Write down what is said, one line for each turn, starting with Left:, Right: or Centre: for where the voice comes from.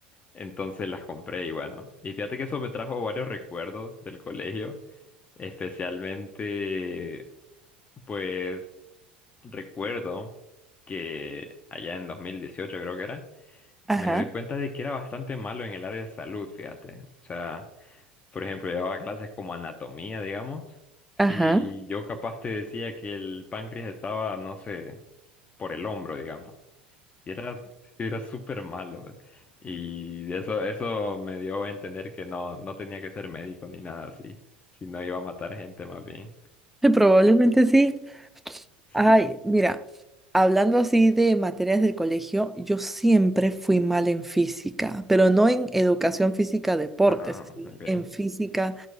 Left: Entonces las compré y bueno, y fíjate que eso me trajo varios recuerdos del colegio, especialmente pues Recuerdo que allá en 2018 creo que era,
Centre: Ajá,
Left: me doy cuenta de que era bastante malo en el área de salud, fíjate. O sea, por ejemplo, llevaba clases como anatomía, digamos,
Centre: ajá.
Left: y yo capaz te decía que el páncreas estaba, no sé, por el hombro, digamos. Y era, era súper malo. Y eso, eso me dio a entender que no, no tenía que ser médico ni nada así, sino iba a matar gente más bien.
Centre: Eh, Probablemente sí.
Left: Sí.
Centre: Ay, mira, hablando así de materias del colegio, yo siempre fui mal en física, pero no en educación física deportes,
Left: Ah,
Centre: sino
Left: ok.
Centre: en física,